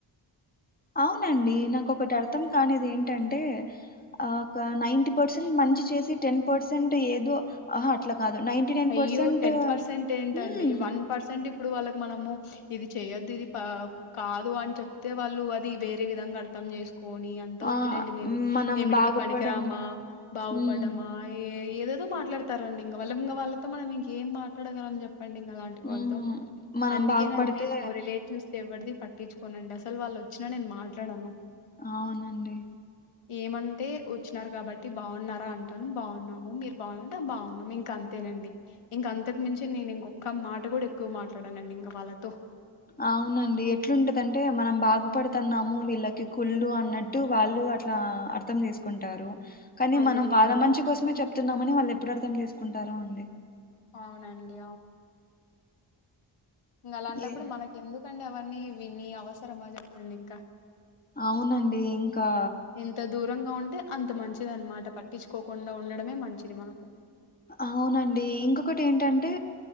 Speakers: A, on the left; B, on the left.
A: అవునండి నాకు ఒకటి అర్థం కానిది ఏంటంటే ఆక నైన్ట్ పర్సెంట్ మంచి చేసి టెన్ పర్సెంట్ ఎదో అహ అట్లా కాదు నైంటీ నైన్
B: అయ్యో
A: పర్సెంట్
B: టెన్ పర్సెంట్ ఏంటండి
A: ఉమ్
B: వన్ పర్సెంటిప్ ఇప్పుడు వాళ్ళకి మనము ఇది చేయొద్దు ఇది పా కాదు అని చెప్తే వాళ్ళు అది వేరే విధంగా అర్థం చేస్ పోని అంతా వద్దులేండి
A: ఆ
B: మేము
A: మనం
B: ఏమిటికి
A: బాగుపడం
B: పనికిరామా బాగుపడమా
A: ఉమ్
B: ఏ ఏదేదో మాట్లాడతారండి ఇంగ వాళ్ళు ఇంగా వాళ్ చెప్తే మనం ఇంకేం మాట్లాడగలం చెప్ చెప్పండి ఇంగ అలాంటి వాళ్ళతో
A: ఉమ్ మనం
B: అందుకేనండి
A: బాగుపడితే
B: నేను రిలేటివ్స్ ఎవడితో పట్టించుకోనండి అసలు వాళ్ళోచ్చినా నేను మాట్లాడాను
A: అవునండి
B: ఏమంటే వచ్చినారు కాబట్టి బాగున్నారా అంటాను. బాగున్నాము మీరు బాగున్నా అంటే బాగున్నాము ఇంకా అంతేనండి ఇంక అంతకు మించి నేను ఇంకో ఒక్క మాట గుడా ఎక్కువ మాట్లాడనండి ఇంకా వాళ్ళతో
A: అవునండి ఎట్లుంటదంటే మనం బాగుపడుతున్నాము వీళ్ళకి కుళ్ళు అన్నట్టు వాళ్ళు అట్లా అ అర్థం చేసుకుంటారు కాని
B: అదే
A: మనం వాళ్ళ మంచి కోసమే చెప్ తున్నామని వాళ్ళు ఎప్పుడూ అర్థం చేసుకుంటారో అండి
B: అవునండి ఇంగ అలాంటప్పుడు
A: ఏ
B: మనకి ఎందుకండి అవ విని విని అవసరమా చెప్పండి ఇంకా
A: అవునండి ఇంకా
B: ఎంత దూరంగా ఉంటే అంత మంచిది అన్మాట పట్టించుకోకుండా ఉండడమే మంచిది మనకు
A: అవునండి ఇంకొకటి ఏంటంటే